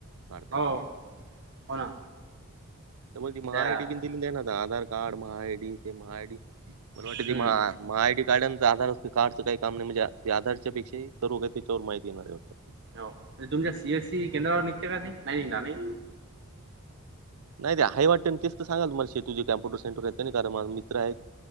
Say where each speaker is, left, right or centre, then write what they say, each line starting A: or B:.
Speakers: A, on the right; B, on the right.
A: काढते मी
B: हो हो ना
A: तर बोलती महाआयडी
B: त्या
A: बि दिली नाही ना आधार कार्ड महाआयडी ते महाआयडी मन वाटते
B: हम्म
A: ती महा महा आय डी कार्डाच आधार असत कार्डच काही काम नाही म्हणजे ते आधारच्या पेक्षाही सर्व काही त्याच्यावर माहिती देणार होते.
B: हो नाही तुमच्या सीएस सी केंद्रावर निघते का ते नाही निघणार नाही
A: नाही ते आहे वाटे ते तर सांगाल मला शे तुझे कम्प्युटर सेंटर आहे नाही कारण माझ मित्र आहेत.